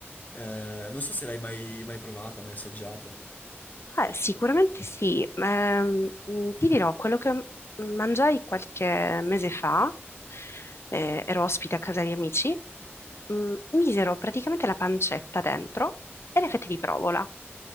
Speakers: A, on the left; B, on the left.
A: Eh, non so se l'hai mai, mai provata, mai assaggiata.
B: Eh, sicuramente sì. Ehm, mh, ti dirò, quello che m- mangiai qualche mese fa, eh, ero ospite a casa di amici, mh, misero praticamente la pancetta dentro e le fette di provola.